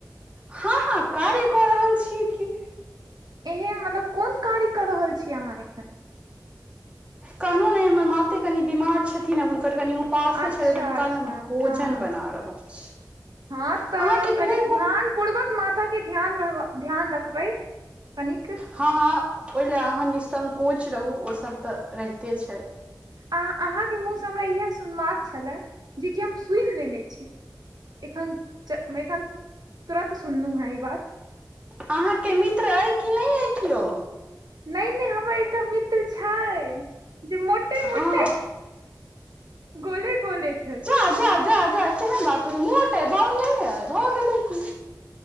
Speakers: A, on the right; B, on the right.
A: हँ हँ कार्य कऽ रहल छीयय की।
B: एहन मतलब कोन कार्य कऽ रहल छी अहाँ एखन?
A: कहलौं नहि हमर माते कनि बीमार छथिन आ हुनकर कनि उप पासो
B: अच्छा
A: छलै तऽ हुनका
B: अच्छा
A: नऽ भोजन
B: हँ हँ
A: बना रहल छी।
B: हँ तऽ
A: अहाँके
B: कनिक
A: दू
B: ध्यान पूर्वक माताके ध्यान रहबा ध्यान रखबै कनिक।
A: हँ हँ ओहिलै अहाँ निःसंकोच रहू ओसब तऽ रहिते छै।
B: अ अहाँके मुँह सँ हमरा इहे सुनबाक छलै जेकि हम सुइन लेने छी। एखन चऽ में एखन तुरत सुननु हैं ई बात।
A: अहाँके मित्र अइ कि नहि अइ कियो।
B: नहि नहि हमर एकटा मित्र छय। जे मोटे-मोटे,
A: हँ
B: गोले-गोले छय।
A: अ जा जा जा केहन बात बजै छी। मोट अइ बौन नेनऽ अइ भऽ गेलै कि